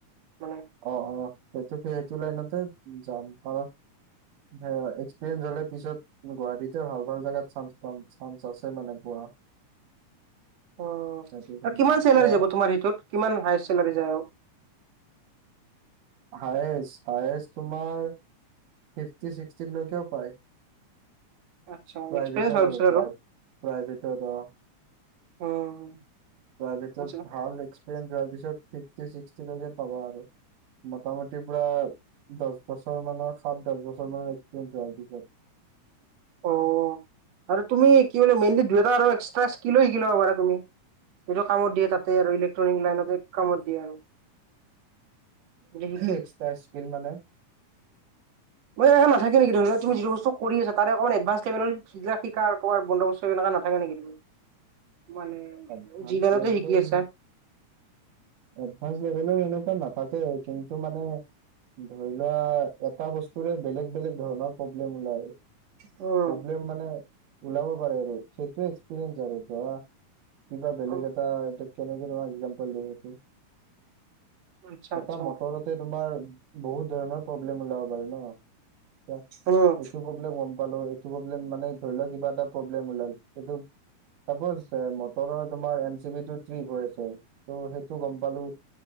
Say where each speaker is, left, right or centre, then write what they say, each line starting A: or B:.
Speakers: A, on the right; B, on the right.
A: মানে
B: অ', অ', সেইটোতে সেইটো লাইনতে যাম, কাৰণ হা এক্সপিৰিয়েঞ্চ হ'লে পিছত গুৱাহাটীটো ভাল- ভাল জেগাত চানচ পাম, চানচ আছে মানে পোৱা।
A: উম,
B: সেইটো কাৰণে
A: আৰু কিমান
B: এতিয়া
A: চেলাৰী যাব তোমাৰ এটোত, কিমান হাইচ চেলাৰী যায় আৰু।
B: হায়েষ্ট-হায়েষ্ট তোমাৰ ফিফটি ছিক্সটি লৈকেও পায়।
A: আচ্ছা
B: প্ৰাইভেটত
A: এক্সপিৰিয়েঞ্চ হোৱাৰ পিছত
B: আৰু প্ৰা প্ৰাইভেটত অ'।
A: উম।
B: প্ৰাইভেটত
A: আচ্ছা।
B: ভাল এক্সপিৰিয়েঞ্চ হোৱাৰ পিছত ফিফটি ছিক্সটি লৈকে পাবা আৰু। মোটামুটি পুৰা দছ বছৰ মানৰ সাত দছ বছৰ মানৰ এক্সপিৰিয়েঞ্চ হোৱাৰ পিছত।
A: অ', আৰু তুমি কি বুলি মেইনলি দুই এটা আৰু এক্সট্ৰা স্কিলো শিকি ল'ব পাৰা তুমি। যিটো কামত দিয়ে তাতে আৰু ইলেক্ট্ৰনিক লাইনতে কামত দিয়ে আৰু। যদি শিকি
B: এক্সটা স্কিল মানে
A: মই এইকাৰণেই নাথাকিম নিকি ধৰি লোৱা, তুমি যিটো বস্তু কৰি আছা তাৰে অকণ এডভাঞ্চ লেভেলৰ ইগিলা শিকাৰ ক'ৰবাৰ বন্দবস্ত এনেকুৱা নাথাকে নেকি, তুমি মানে
B: এডভানচ
A: যি লাইনতে
B: লেভেলৰ
A: শিকি আছা
B: সি এডভানছ লেভেলৰ এনেকুৱা নাথাকে, কিন্তু মানে ধৰি লোৱা এটা বস্তুৰে বেলেগ-বেলেগ ধৰণৰ প্ৰব্লেম ওলায়।
A: অ'।
B: প্ৰব্লেম মানে ওলাব পাৰে আৰু সেইটোৱে এক্সপিৰিয়েঞ্চ আৰু ধৰা কিবা বেলেগ
A: উম
B: এটা, এইটো কেনেকে তোমাক একজাম্পল দিম এইটো।
A: আচ্ছা
B: এটা
A: আচ্ছা
B: মটৰতে তোমাৰ বহুত ধৰণৰ প্ৰব্লেম ওলাব পাৰে ন। চা,
A: উম
B: এইটো ব মানে গম পালো হয়, এইটো প্ৰব্লেম মানে ধৰি লোৱা কিবা এটা প্ৰব্লেম ওলাল, সেইটো চাপছ এ মটৰৰ তোমাৰ এম চি বি টোত কি হৈ আছে, ত' সেইটো গম পালো